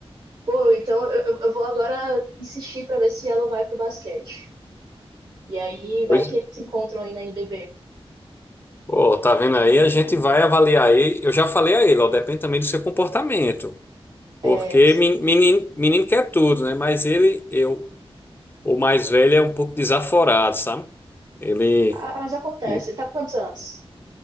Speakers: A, on the right (about 50°); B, on the left (about 20°).
A: Pô, então eu, eu vou agora insistir pra ver se ela vai pro basquete. E aí
B: Pois
A: vai que eles se encontram aí na NBB.
B: Pô, tá vendo aí? A gente vai avaliar aí. Eu já falei a ele, ó, depende também do seu comportamento. Porque
A: É,
B: menino, menino quer tudo, né? Mas ele, eu, o mais velho é um pouco desaforado, sabe? Ele,
A: ah, mas acontece,
B: hum,
A: ele tá com quantos anos?